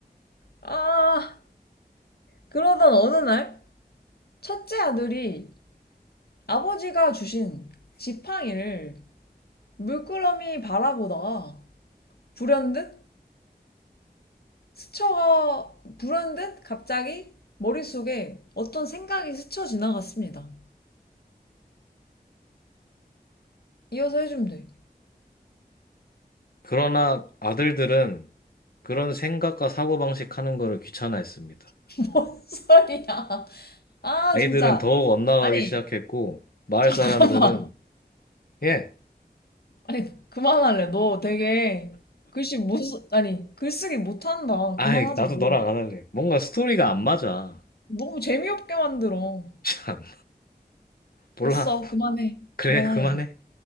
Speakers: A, on the left (about 85°); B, on the left (about 70°).
A: 아 그러던 어느 날 첫째 아들이 아버지가 주신 지팡이를 물끄러미 바라보다가 불현듯 스쳐가 불현듯 갑자기 머릿속에 어떤 생각이 스쳐 지나갔습니다. 이어서 해주면 돼.
B: 그러나 아들들은 그런 생각과 사고방식 하는 거를 귀찮아했습니다.
A: <laughs> 뭔 소리야. 아
B: 아이들은
A: 진짜.
B: 더욱 엇나가기
A: 아니
B: 시작했고, 마을 사람들은,
A: 잠깐만.
B: 예,
A: 아니 그만할래. 너 되게 글씨 못 쓰- 아니 글쓰기 못한다.
B: 아이,
A: 그만하자
B: 나도
A: 너.
B: 너랑 안 할래. 뭔가 스토리가
A: 너
B: 안 맞아.
A: 너무 재미없게 만들어.
B: <laughs> 참, 몰라.
A: 됐어. 그만해.
B: 그래,
A: 그만할래.
B: 그만해.